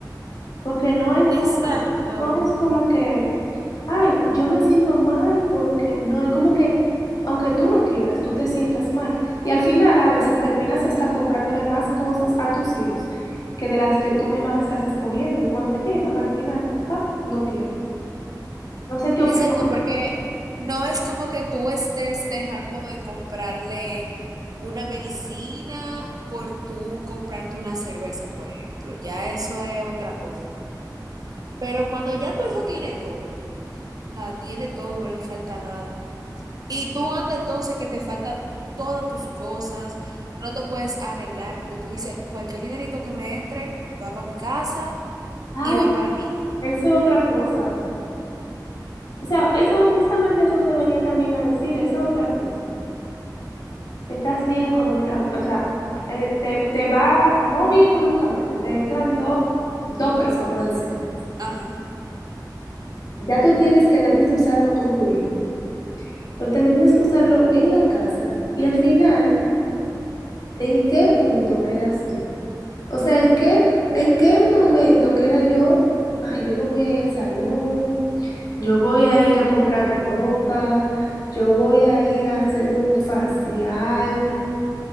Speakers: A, on the left; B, on the right.
A: Porque no es
B: Exacto.
A: como, no es como que, ay, yo me siento mal porque no es como que, aunque tú no quieras, tú te sientas mal. Y al final a veces terminas hasta comprándole más cosas a tus hijos que de las que tú misma estás escogiendo. Y cuando llegan, al final, pa, no tienes. No sé qué opinas.
B: Exacto, porque no es como que tú estés dejando de comprarle una medicina por tú comprarte una cerveza, por ejemplo. Ya eso es otra cosa. Pero cuando ya tu hijo tiene todo, o sea, tiene todo, no le falta nada. Y tú andas entonces que te falta todas tus cosas, no te puedes arreglar porque tú dices, cualquier dinerito que me entre va para mi casa
A: Ay,
B: y va para mí.
A: eso es otra cosa. O sea, eso justamente eso te venía también a decir, eso es otra cosa. Estás bien económicamente, o sea, eh, te, te va, no bien económicamente, te entran dos, dos pesos, vamos a decir.
B: Ajá.
A: Ya tú tienes que debes de usarlo con tu hijo, pero también tienes que usarlo en la casa y al final, ¿en qué punto quedas tú? O sea, ¿en qué, en qué momento queda yo? Ay, yo me voy a ir al salón, yo voy a ir a comprar ropa, yo voy a ir a hacerme un facial.